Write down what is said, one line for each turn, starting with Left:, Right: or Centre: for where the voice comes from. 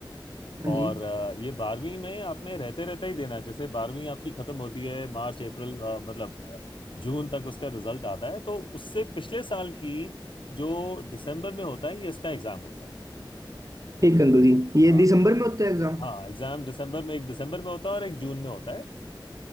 Right: हाँ
Left: और
Right: जी
Left: अ, ये बारहवीं में आपने रहते रहते ही देना है जैसे बारहवीं आपकी खत्म होती है मार्च अप्रैल अ, मतलब अ, जून तक उसका रिजल्ट आता है तो उससे पिछले साल की जो दिसंबर में होता है ये इसका एग्जाम होता है
Right: ठीक अंकल जी ये
Left: हाँ
Right: दिसंबर में होता है एग्जाम
Left: हाँ एग्जाम दिसंबर में एक दिसंबर में होता है और एक जून में होता है